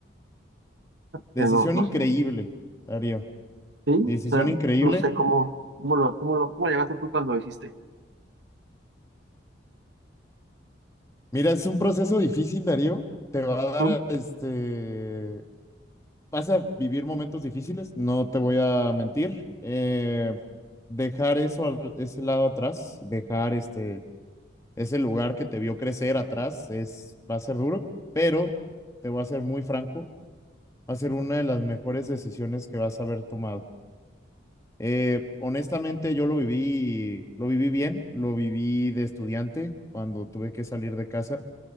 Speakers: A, on the left; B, on the right.
A: decisión
B: pero no no
A: increíble,
B: sé,
A: Darío.
B: sí,
A: Decisión
B: o sea,
A: increíble.
B: no sé cómo, cómo lo, cómo lo, cómo lo llevaste tú cuando lo hiciste,
A: Mira, es un proceso difícil, Darío. Te va a
B: ¿Mm?
A: dar, este, vas a vivir momentos difíciles, no te voy a mentir. Eh, dejar eso, al- ese lado atrás, dejar este, ese lugar que te vio crecer atrás, es, va a ser duro, pero te voy a ser muy franco. va a ser una de las mejores decisiones que vas a haber tomado. Eh, honestamente, yo lo viví, lo viví bien, lo viví de estudiante cuando tuve que salir de casa